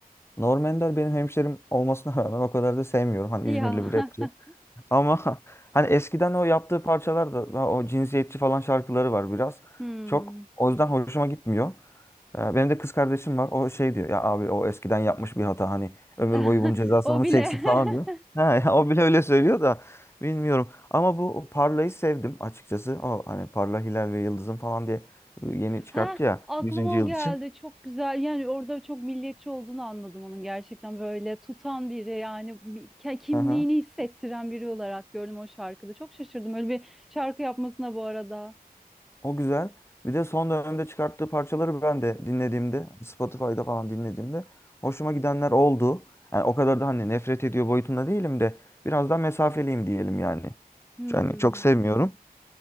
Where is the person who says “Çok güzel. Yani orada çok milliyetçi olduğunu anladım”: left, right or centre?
Centre